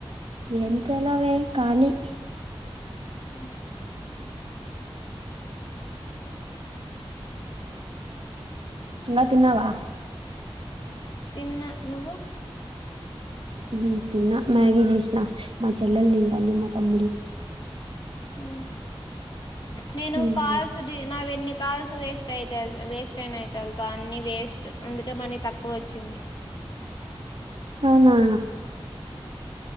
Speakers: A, on the right; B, on the left.
A: ఏం చలవే కాలి
B: ఆ
A: తిన్న తిన్నావా
B: తిన్న నువ్వు
A: ఉమ్ తిన్నా మ్యాగీ జేస్నా మా చెల్లెల్ తింటాది మా తమ్ముడు
B: ఊ నేను
A: మ్మ్
B: కాల్స్ డి నావెన్ని కాల్స్ వేస్ట్ ఐతయ్ అవి వేస్ట్ ఐనయతే అవ్ అన్ని వేస్ట్ అందుకే మనీ తక్కువోచ్చింది
A: అవునా